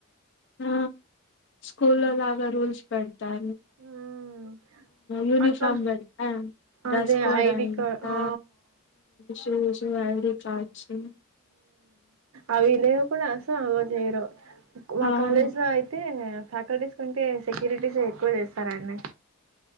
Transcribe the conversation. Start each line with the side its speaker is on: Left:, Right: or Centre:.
Left: అ స్కూల్ లో లాగా రూల్స్ పేడ్ అ
Right: హ్మ్.
Left: యూనిఫార్మ్
Right: అట్లా
Left: బడి డ్రెస్
Right: అదే
Left: కోడ్
Right: ఐడీ
Left: అంతా
Right: కా ఆ!
Left: సుష్ ఐడి కా చె
Right: అలేయో కూడా అసం అ చేయడం మా
Left: అవును
Right: కాలేజ్ లో అయితే ఫ్యాకల్టీస్ కొంటే సెక్యూరిటీస్ ఎక్కువ చేస్ స్తారండి